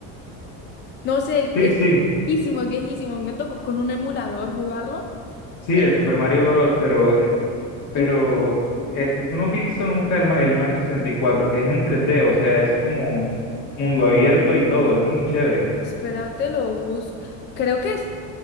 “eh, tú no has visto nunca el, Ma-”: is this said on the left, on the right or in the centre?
Left